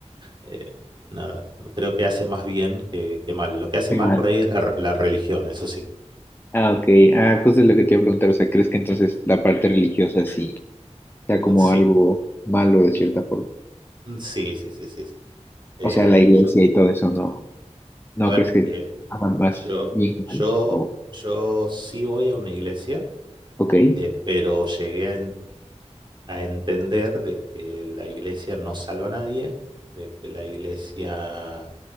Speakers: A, on the right; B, on the left.
A: eh, nada, creo que hace más bien que, que mal. Lo que hace
B: Qué
A: mal
B: mal.
A: por ahí es la, r- la religión, eso sí.
B: Ah, ok. Ah, justo es lo que te iba a preguntar. O sea, ¿crees que entonces la parte religiosa sí sea como
A: Mm, Sí,
B: algo malo de cierta forma?
A: mm, sí, sí, sí, sí, sí. Eh,
B: O sea, la iglesia
A: yo,
B: y todo eso, ¿no? ¿No
A: a ver,
B: crees que
A: eh,
B: hagan más
A: Yo,
B: bien que mal?
A: yo,
B: O,
A: yo sí voy a una iglesia,
B: ok,
A: eh, pero llegué a, en- a entender de que la iglesia no salva a nadie, de que la iglesia